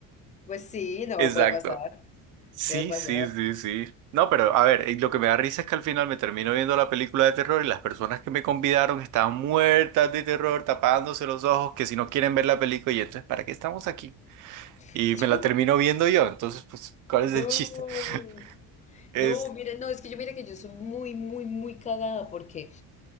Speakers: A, on the left (about 20°); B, on the right (about 55°).
A: Pues sí, no,
B: Exacto.
A: puede pasar,
B: Sí,
A: puede pasar.
B: sí, sí, sí. No, pero a ver, eh, lo que me da risa es que al final me termino viendo la película de terror y las personas que me convidaron estaban muertas de terror, tapándose los ojos, que si no quieren ver la película, y entonces, ¿para qué estamos aquí?
A: <laughs>
B: Y me la
A: Yo,
B: termino viendo yo, entonces, pues, ¿cuál
A: No.
B: es el chiste? <laughs> Es,
A: No, mira, no, es que yo mira que yo soy muy, muy, muy cagada porque